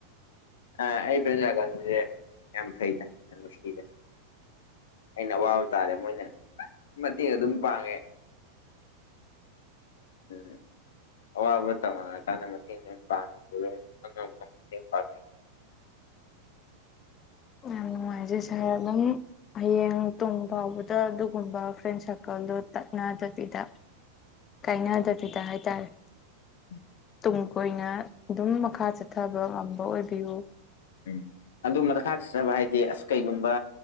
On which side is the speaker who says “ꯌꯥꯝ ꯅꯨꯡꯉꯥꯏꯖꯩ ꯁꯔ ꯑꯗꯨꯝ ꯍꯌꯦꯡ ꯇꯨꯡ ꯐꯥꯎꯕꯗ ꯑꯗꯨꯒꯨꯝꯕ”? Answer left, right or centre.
Left